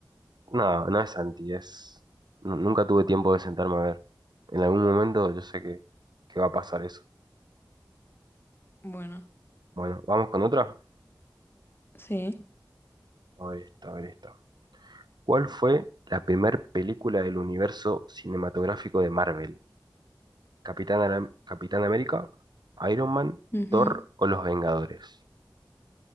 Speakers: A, on the right (about 65°); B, on the left (about 30°).
A: No, no es anti, es. nu- Nunca tuve tiempo de sentarme a ver. En algún momento yo sé que, que va a pasar eso.
B: Bueno,
A: Bueno, ¿vamos con otra?
B: sí.
A: A ver esta, a ver esta. ¿Cuál fue la primer película del universo cinematográfico de Marvel? ¿Capitán, Ara- Capitán América, Iron Man,
B: Ujú,
A: Thor o Los Vengadores?